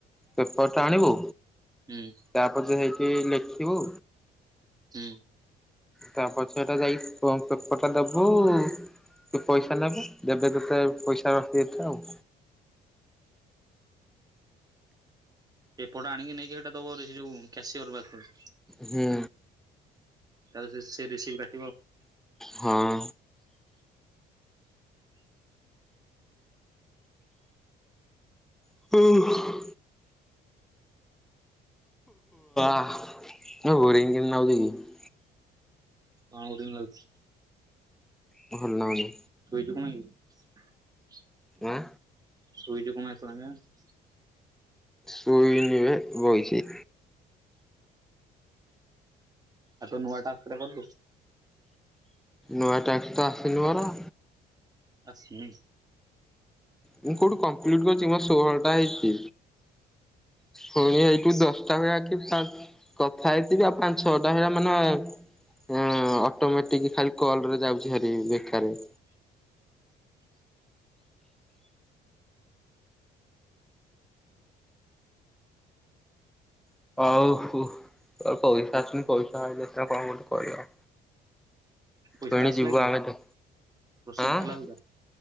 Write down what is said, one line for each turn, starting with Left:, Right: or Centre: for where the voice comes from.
Centre: ପେପରଟା ଆଣିବୁ।
Right: ହୁଁ
Centre: ତାପରେ ଯା ହେଇକି ଲେଖିବୁ।
Right: ହୁଁ
Centre: ତା ପଛଟା ଯାଇ ଫର୍ମ ପେପରଟା ଦବୁ। ତୁ ପଇସା ନେବେ ଦେବେ ତୋତେ ପଇସା ରସିଦ ଟା ଆଉ।
Right: ଏପଟ ଆଣିକି ନେଇକି ହେଟା ଦବ ରେ ସେ ଯୋଉ କ୍ୟାସିଅର ପାଖୁକୁ।
Centre: ହୁଁ।
Right: ତାଲେ ସେ ସେ ରିସିଭ କା
Centre: ହଁ। ହୁଁ। <unintelligible> ବୋରିଂ କେମିତି ନାଗୁଛି କି?
Right: ହଁ ରିଙ୍ଗ ଲାଗୁଚି।
Centre: ଭଲ ନାଗୁନି।
Right: ଶୋଇଚୁ କଣ ପାଇଁ କି?
Centre: ଆଁ
Right: ଶୋଇଚୁ କଣ ପାଇଁ ଏତେବେଳ ଆଁକେ?
Centre: ଶୋଇବିନି ବେ ବଇଚି।
Right: ଆଉ ତୋ ନୂଆ ଟାସ୍କ ରା କଲୁ?
Centre: ନୂଆ ଟାକ୍ସ ତ ଆସିନି ମୋର।
Right: ଆସିନି?
Centre: ମୁଁ କୋଉଠୁ କମ୍ପ୍ଲିଟ କରିଛି ମୋର ଷୋହଳଟା ହେଇଛି। ପୁଣି ଏଇଠୁ ଦଶଟା <unintelligible> କଥା ହେଇଥିବି ଆଉ ପାଞ୍ଚ ଛଅଟା ହେଆ ମାନେ ହଁ ଅଟୋମେଟିକ୍ ଖାଲି କଲରେ ଯାଉଛିହାରି ବେକାର୍ ରେ। <unintelligible> ଆଉ ପଇସା ଆସୁନି ପଇସା ଆଇଲେ ସିନା କଣ ଗୋଟେ କରିବ।
Right: ପଇସା
Centre: ପୁଣି
Right: ଟା ଆସିଲା
Centre: ଯିବୁ
Right: କି
Centre: ଆମେ ତ
Right: ପ୍ରୋସେସିଂ
Centre: ଆଁ
Right: ଥିଲା ଯୋଉଟା